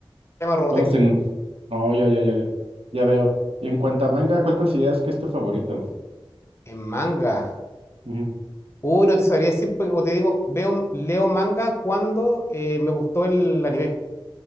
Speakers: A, on the left; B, on the right.
A: se llama Robotech,
B: todo es en. Oh, ya, ya, ya, ya. Ya veo. Y en cuanto a manga, ¿cuál consideras que es tu favorito?
A: en manga.
B: Ujú,
A: Uy, no te sabría decir, porque como te digo, veo, leo manga cuando eh, me gustó el anime.